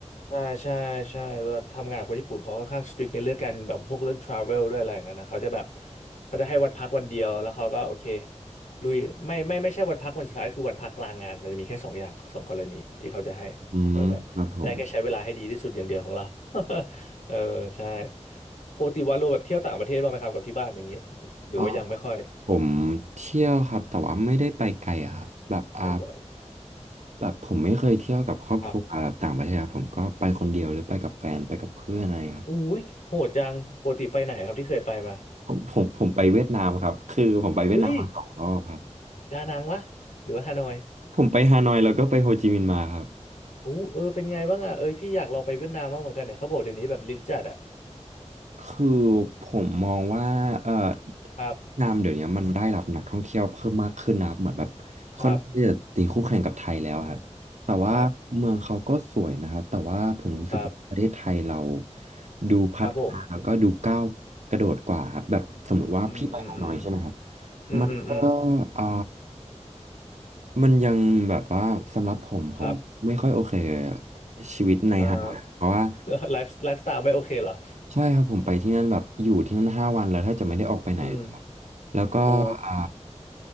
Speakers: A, on the left; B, on the right.
A: ใช่ใช่ใช่เวลาทำงานกับคนญี่ปุ่นเขาค่อนข้างสตริกในเรื่องการแบบพวกเรื่องทราเวลด้วยอะไรอย่างเงี้ยนะเขาจะแบบเขาจะให้วันพักวันเดียวแล้วเขาก็โอเคลุยไม่ไม่ไม่ใช่วันพักวันสุดท้ายคือวันพักกลางงานมันจะมีแค่สองอย่างสองกรณีที่เขาจะให้ก็แบบได้แค่ใช้เวลาให้ดีที่สุดอย่างเดียวของเรา
B: อืมครับผม
A: <laughs> เออใช่ปกติวันโลแบบเที่ยวต่างประเทศบ้างไหมครับกับที่บ้านอย่างนี้หรือว่ายังไม่ค่อย
B: อ๋อผมเที่ยวครับแต่ว่าไม่ได้ไปไกลอะครับแบบอ่า
A: ไม่บ่อย
B: แบบผมไม่เคยเที่ยวกับครอบครัวแบบต่างประเทศครับผมก็ไปคนเดียวหรือไปกับแฟนไปกับเพื่อนอะไรครับ
A: ครับอุ้ยโหดจังปกติไปไหนครับที่เคยไปมา
B: ผมผมผมไปเวียดนามครับคือผมไปเวียดนามมาสองรอบครับ
A: เฮ้ยดานังวะหรือว่าฮานอย
B: ผมไปฮานอยแล้วก็ไปโฮจิมินห์มาครับ
A: โอ้เออเป็นไงบ้างอ่ะเอ้ยพี่อยากลองไปเวียดนามบ้างเหมือนกันเนี่ยเขาบอกเดี๋ยวนี้แบบลิจัดอ่ะ
B: คือผมมองว่าเอ่อเ
A: ครับ
B: วียดนามเดี๋ยวนี้มันได้รับนักท่องเที่ยวเพิ่มมากขึ้นนะครับเหมือนแบบค่อนข้างที่จะตีคู่แข่งกับไทยแล้วครับแต่ว่าเมืองเขาก็สวยนะครับแต่ว่าผมรู้สึกว่าประเทศไทยเรา
A: ครับครับครับ
B: ดูพัฒนาแล้วก็ดูก้าวกระโดดกว่าครับแบบสมมติว่าพี่ไปฮานอยใช่ไหมครับ
A: ครับผมอืมอืมอืมอืมอืมอืม
B: มันก็อ่ามันยังแบบว่าสำหรับผมผมไม่ค่อยโอเคกับ
A: ครับ
B: ชีวิตในฮานอยเพราะว่า
A: อ่า <laughs> ไลฟ์ <laughs> ไลฟ์สไตล์ไม่โอเคเหรอ
B: ใช่ครับผมไปที่นั่นแบบอยู่ที่นั่นห้าวันแล้วถ้าจะไม่ได้ออกไปไหนเลยครับ
A: อืม
B: แล้วก็อ่า
A: โอ้